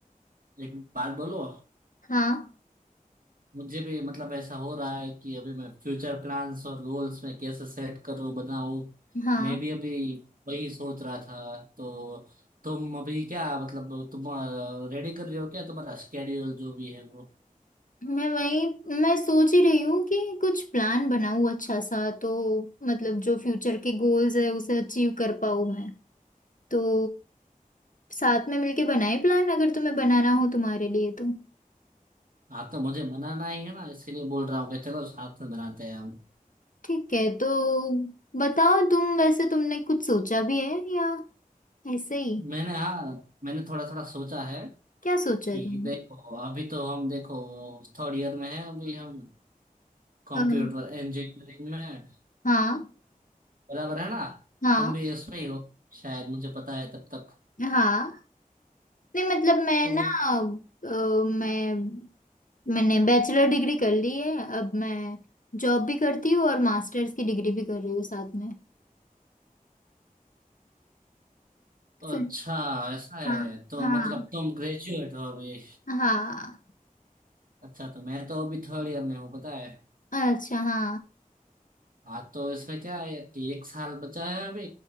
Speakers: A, on the right; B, on the left.
A: एक बात बोलो
B: हाँ
A: मुझे भी मतलब ऐसा हो रहा है कि अभी मैं फ्यूचर प्लान्स और गोल्स में कैसे सेट करूं बनाऊं
B: हाँ
A: मैं भी अभी वही सोच रहा था तो तुम अभी क्या मतलब तुम रेडी कर रहे हो क्या तुम्हारा स्केड्यूल जो भी है वो
B: मैं वही मैं सोच ही रही हूँ कि कुछ प्लान बनाऊँ अच्छा सा तो मतलब जो फ्यूचर के गोल्स है उसे अचीव कर पाऊँ मैं तो साथ में मिलके बनाए प्लान अगर तुम्हें बनाना हो तुम्हारे लिए तो
A: हाँ तो मुझे मनाना ही है ना इसके लिए बोल रहा हूँ कि चलो साथ में बनाते हैं हम
B: ठीक है तो बताओ तुम वैसे तुमने कुछ सोचा भी है या ऐसे ही
A: मैंने हाँ मैंने थोड़ा थोड़ा सोचा है
B: क्या सोचा
A: कि
B: है तुमने
A: देखो अभी तो हम देखो थर्ड ईयर में है अभी हम कंप्यूटर
B: अम,
A: इंजीनियरिंग में हैं।
B: हाँ
A: बराबर है ना
B: हाँ
A: तुम भी इसमें ही हो शायद मुझे पता है तब तक
B: हाँ नहीं मतलब मैं
A: तो
B: ना अ, मैं मैंने बैचलर डिग्री कर ली है अब मैं जॉब भी करती हूँ और मास्टर्स की डिग्री भी कर रही हूँ साथ में
A: अच्छा
B: सर,
A: ऐसा है
B: हाँ
A: तो
B: हाँ
A: मतलब तुम ग्रेजुएट हो अभी
B: हाँ
A: अच्छा तो मैं तो अभी थर्ड ईयर में हूँ पता है
B: अच्छा हाँ
A: हाँ तो इसमें क्या है कि एक साल बचा है अभी